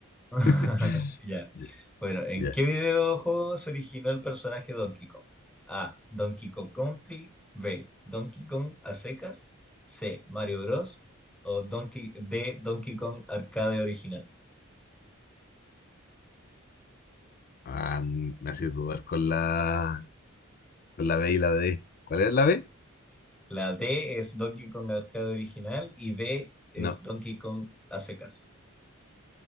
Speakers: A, in the centre; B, on the left (about 40°).
A: <laughs>
B: <laughs>
A: Ya.
B: Ya.
A: Bueno, ¿en
B: ya.
A: qué videojuego se originó el personaje Donkey Kong? A. Donkey Kong Country. B. Donkey Kong a secas. C. Mario Bros. O Donkey, D. Donkey Kong Arcade original.
B: Ah, mm, me haces dudar con la, con la B y la D. ¿Cuál es la B?
A: La D es Donkey Kong Arcade original y B es
B: No.
A: Donkey Kong a secas.